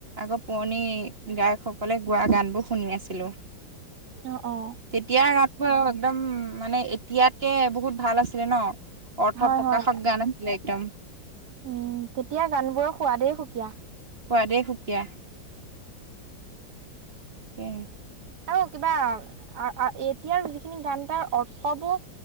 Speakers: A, on the right (about 30°); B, on the right (about 55°).
A: আকৌ পুৰণি গায়ক সকলে গোৱা গান বোৰ শুনি আছিলো।
B: অঁ, অঁ।
A: তেতিয়া গানবোৰ একদম মানে এতিয়াতকে বহুত ভাল আছিলে ন'। অৰ্থ
B: হয়
A: প্ৰকাশক
B: হয়
A: গান আছিলে একদম।
B: উম, তেতিয়াৰ গানবোৰৰ সোৱাদেই সুকীয়া।
A: সোৱাদেই সুকীয়া। এ
B: আৰু কিবা, এতিয়াৰ যিখিনি গান তাৰ অৰ্থবোৰ,